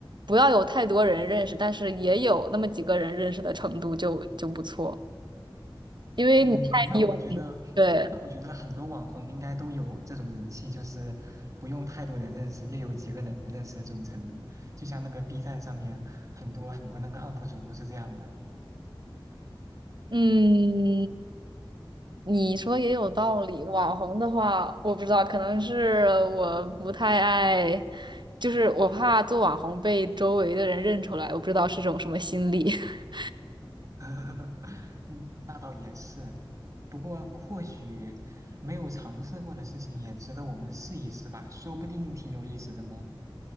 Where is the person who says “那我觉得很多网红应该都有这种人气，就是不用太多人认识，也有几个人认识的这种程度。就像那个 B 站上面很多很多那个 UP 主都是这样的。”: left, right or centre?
Right